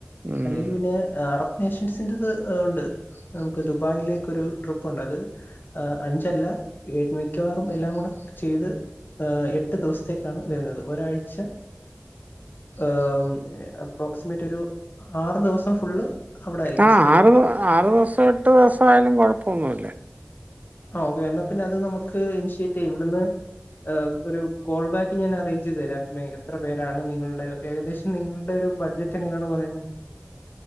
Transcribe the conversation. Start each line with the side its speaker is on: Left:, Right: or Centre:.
Right: ഉം
Left: അല്ലെങ്കിൽ പിന്നെ. അറബ് നേഷൻസിൻന്റെറത് ഏഹ് ഉണ്ട് നമുക്ക് ദുബായിലേക്കൊരു ട്രിപ്പുണ്ട് അത്. ഏഹ് അഞ്ചല്ല മിക്കവാറുംഎല്ലാം കൂടെ ചെയ്ത്. ഏഹ് എട്ട് ദിവസത്തേക്കാണ് വരുന്നത് ഒരാഴ്ച. ഏഹ് അപ്രോക്സിമേറ്റ് ഒരു ആറ് ദിവസം ഫുള്ള്. അവിടെ ആയിരിക്കും
Right: ആഹ്
Left: സ്റ്റേ.
Right: ആറ് ദ് ആറ് ദിവസം എട്ട് ദിവസം ആയാലും കൊഴപ്പന്നുല്ല.
Left: ആഹ് ഓക്കെ എന്നാ പിന്നെ അത് നമുക്ക് ഇനിഷ്യേറ്റ് ചെയ്യ ഇവിടുന്ന്. ഏഹ് ഒരു കോൾ ബാക്ക് ഞാൻ അറേഞ്ച് ചെയ്ത് തരാം മേ എത്ര പേരാണ് നിങ്ങൾടെ. ഏകദേശം നിങ്ങളുടെ ഒരു ബഡ്ജറ്റ് എങ്ങനെയാണ് പറയുന്നേ.